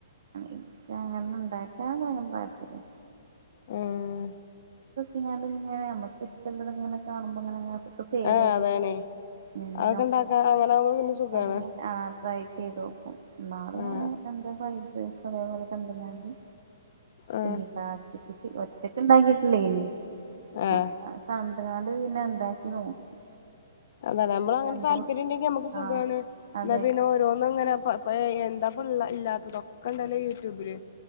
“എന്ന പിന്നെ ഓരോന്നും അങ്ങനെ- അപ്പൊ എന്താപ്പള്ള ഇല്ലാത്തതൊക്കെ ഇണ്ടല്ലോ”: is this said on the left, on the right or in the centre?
Left